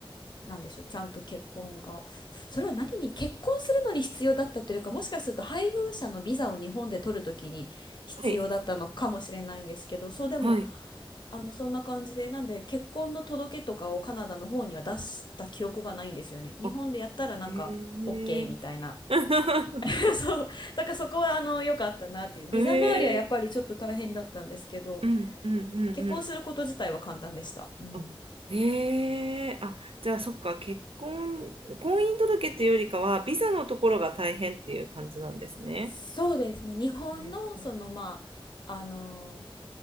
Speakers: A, on the left; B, on the right.
A: なんでしょう、ちゃんと結婚が。それは何に、結婚するのに必要だったというか、もしかすると配偶者のビザを日本で取るときに必要だったのかもしれないんですけど、
B: はい。
A: そうでも、
B: はい。
A: あの、そんな感じで、なんで結婚の届けとかをカナダの方には出した記憶がないんですよね。日本でやったらなんか、
B: あ、へえ。
A: OK みたいな。
B: <laughs>
A: <laughs> そう。だからそこは、あの、良かったなっていう。ビザ周りはやっぱりちょっと大変だったんですけど、
B: へえ。うん、うん、うん、
A: 結婚すること自体は簡単でした。
B: うん。
A: うん。
B: あへえ。あ、じゃあ、そっか。結婚、婚姻届っていうよりかは、ビザのところが大変っていう感じなんですね。
A: そうですね。日本の、
B: うん、うん。
A: その、まあ、あの